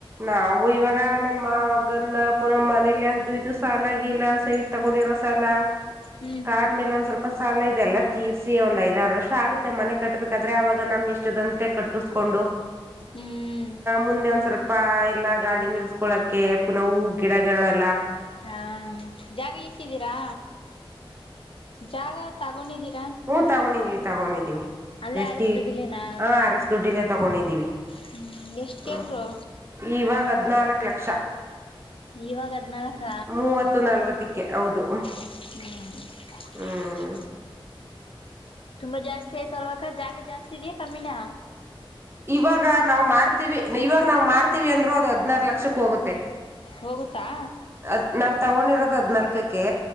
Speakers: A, on the right; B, on the left.
A: ನಾವು ಇವಾಗ ನನ್ ಮಾಗನ್ನ ಪುರ ಮನೇಲಿ ಅದು ಇದು ಸಾಲ ಲ್ಲ ಸೈಟ್ ತಗೊಂಡಿರೋಸಾಲ
B: ಹ್ಮ್
A: ಕಾರ ಸ್ವಲ್ಪ ಸಾಲ ಇದೆಲ್ಲ ತೀರಿಸಿ ಒಂದ್ ಐದಾರು ವರ್ಷ ಆಗುತ್ತೆ ಮನೆ ಕಟ್ಬೇಕಾದ್ರೆ ಆಗ ನಮ್ ಇಷ್ಟದಂತೆ ಕಟ್ಟಿಸ್ಕೊ
B: ಹ್ಮ್
A: ಮುಂದೆ ಒಂದ ಸ್ವಲ್ಪ ಎಲ್ಲಾ ಗಾಡಿ ನಿಲ್ಸ್ಕೊಳಕೆ ಪುನಃ ಹೂ ಗಿಡಗಳಲ್ಲ
B: ಹಾ ಜಾಗ ಇಕ್ಕಿದ್ದೀರಾ ಜಾಗ ತಗೊಂಡಿದ್ದೀರ
A: ಹ್ಮ ತಗೊಂಡಿದೀವಿ ತಗೊಂಡಿದ್ದೀವಿ
B: ಅಲ್ಲೇ
A: ಜಾಸ್ತಿ
B: ಅರಸ್ ದುಡ್ಡಿಲೇನಾ
A: ಹಾ ಅರಸ್ ದುಡ್ಡಿಲ್ಲೇ ತಗೊಂಡಿದ್ದೀವಿ
B: ಹ್ಮ್ ಎಷ್ಟ್
A: ಹ್ಮ
B: ಕೇಳ್ರು
A: ಇವಾಗ ಹದ್ನಾಲ್ಕು ಲಕ್ಷ
B: ಇವಾಗ ಅದ್ನಲ್ಕ
A: ಮೂವತ್ತು ನಲ್ವತ್ತಕ್ಕೆ ಹೌದು
B: ಹ್ಮ್
A: ಹ್ಮ್
B: ತುಂಬಾ ಜಾಸ್ತಿ ಆಯ್ತು ಅಲ್ವ ಜಾಗ ಜಾಸ್ತಿಿದ್ಯಾಾ ಕಮ್ಮಿನ
A: ಇವಾಗ ನಾವವು ಮಾರತಿವಿ ಇವಾಗ ನಾವ್ ಮಾರತಿವಿ ಅಂದ್ರು ಅದು ಹದ್ನಾರ ಲಕ್ಷಕ್ಕ ಹೋಗುತ್ತೆ
B: ಹೋಗುತ್ತಾ
A: ಅದ್ ನಾವ್ ತಗೊಂಡಿರೋದು ಹದ್ನಾಲ್ಕಕ್ಕೆ